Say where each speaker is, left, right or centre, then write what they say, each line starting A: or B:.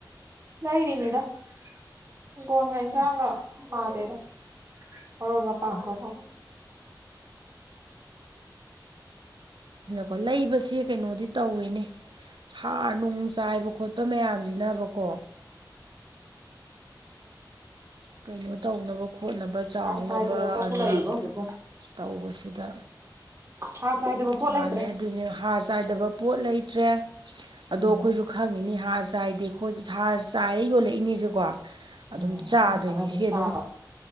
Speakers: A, on the right; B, on the right.
A: ꯂꯩꯔꯤꯅꯤꯗꯒꯣ ꯏꯖꯥꯡꯒ
B: ꯑꯁ
A: ꯊꯃꯥꯗꯗ ꯑꯣꯔ ꯄꯥꯡꯈꯣ ꯊ
B: ꯀꯣ ꯂꯩꯕꯕꯁꯤ ꯀꯩꯅꯣꯗꯤ ꯇꯧꯋꯦꯅꯦ ꯍꯥꯔ ꯅꯨꯡ ꯆꯥꯏꯕ ꯈꯣꯠꯄ ꯃꯌꯥꯝꯁ ꯅꯕꯀꯣ ꯀꯩꯅꯣ ꯇꯧꯅꯕ ꯈꯣꯠꯅꯕ ꯆꯥꯎꯅꯕꯅ
A: ꯍꯥꯔ ꯆꯥꯏꯗꯕ ꯄꯣꯠꯄꯨ ꯂꯩꯔꯤꯕꯣ ꯍꯧꯖꯤꯛꯄꯣ
B: ꯇꯧꯕꯁꯤꯗ
A: ꯍꯥꯔ ꯆꯥꯏꯗꯕ ꯄꯣꯠ
B: ꯃꯥꯅꯤ
A: ꯂꯩꯇ꯭ꯔꯦ
B: ꯑꯗꯨꯅꯦ ꯍꯥꯔ ꯆꯥꯏꯗꯕ ꯄꯣꯠ ꯂꯩꯇ꯭ꯔꯦ ꯑꯗꯣ
A: ꯎꯝ
B: ꯑꯩꯈꯣꯏꯁꯨ ꯈꯪꯉꯤꯅꯤ ꯍꯥꯔ ꯆꯥꯏꯗꯦ ꯍꯥꯔ ꯆꯥꯏꯔ ꯌꯣꯜꯂꯛꯏꯅꯦꯁꯦꯀꯣ ꯑꯗꯨꯝ
A: ꯎꯝ
B: ꯆꯥꯗꯣꯏꯅꯤ
A: ꯈꯪꯅ ꯈꯪꯅ
B: ꯁꯤ ꯑꯗꯨꯝ
A: ꯆꯥꯕ